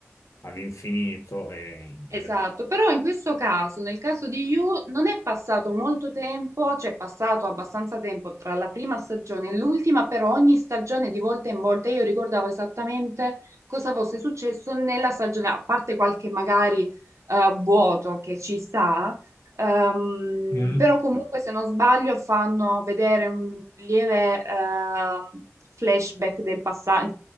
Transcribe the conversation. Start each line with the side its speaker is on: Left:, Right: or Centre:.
Left: all'infinito e... ed
Right: Esatto,
Left: è-
Right: però in questo caso, nel caso di You, non è passato molto tempo, cioè è passato abbastanza tempo tra la prima stagione e l'ultima, però ogni stagione di volta in volta io ricordavo esattamente cosa fosse successo nella stagione, a parte qualche magari eh, vuoto che ci sta, ehm,
Left: Mm,
Right: però comunque se non sbaglio fanno vedere un lieve eh, flashback del passato,